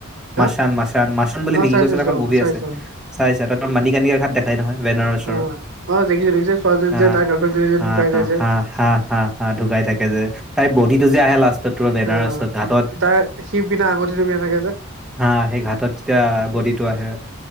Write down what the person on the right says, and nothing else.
হা
অ
চাইছো
চাইছো
অ চাইছো
অ অ দেখিছো দেখিছো ছোৱালীজনী
যে তাৰ গাৰ্লফ্ৰেণ্ডজনী যে
ঢুকাই যায় যে
অ
তাৰ সি পিনে আগতে তুমি এনেকে যে